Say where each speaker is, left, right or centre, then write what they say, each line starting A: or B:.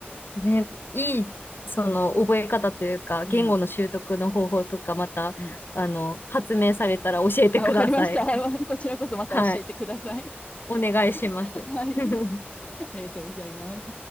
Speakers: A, on the left (about 60°); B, on the left (about 30°).
A: ね、いい、その、覚え方というか、
B: うん、
A: 言語の習得の方法とか、また、
B: うん。
A: あの、発明されたら教えてください。
B: あ、わかりました。<laughs>
A: <laughs>
B: こちらこそまた教えてください。
A: はい。お願いします。
B: <laughs> はい。
A: <laughs>
B: ありがとうございます。